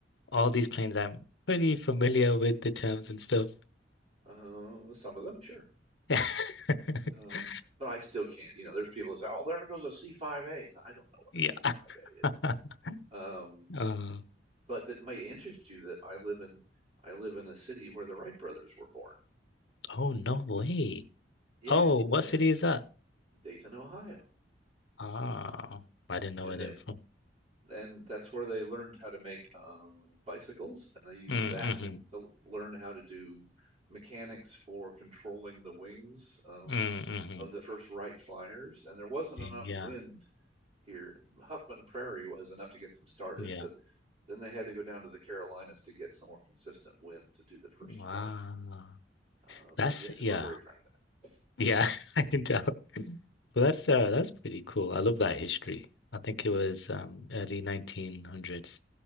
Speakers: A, on the left (about 70°); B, on the right (about 35°).
A: all these planes, I'm pretty familiar with the terms and stuff.
B: Uh, some of them, sure.
A: <laughs>
B: Um, but I still can't. You know, there's people that say, "Oh, there goes a C5A." I don't know what
A: Yeah.
B: a C5A is.
A: <laughs>
B: Um,
A: Uh,
B: but that may interest you that I live in I live in a city where the Wright brothers were born.
A: oh, no way.
B: Yeah,
A: Oh, what
B: and that
A: city is that?
B: Dayton, Ohio.
A: Ah, I didn't know
B: and
A: where they
B: they
A: were from.
B: and that's where they learned how to make uh, bicycles, and they used
A: Mm-hmm.
B: that to, to learn how to do mechanics for controlling the wings um,
A: Mm-hmm.
B: of the first Wright Flyers. And there wasn't
A: Yeah.
B: enough wind here. Huffman Prairie was enough to get them started,
A: Yeah.
B: but then they had to go down to the Carolinas to get some more consistent wind to do the first
A: Wow.
B: flight. Uh,
A: That's
B: but yes,
A: yeah.
B: we're very proud of that.
A: Yeah, <laughs> I can tell. Well, that's uh that's pretty cool. I love that history. I think it was um early 1900s.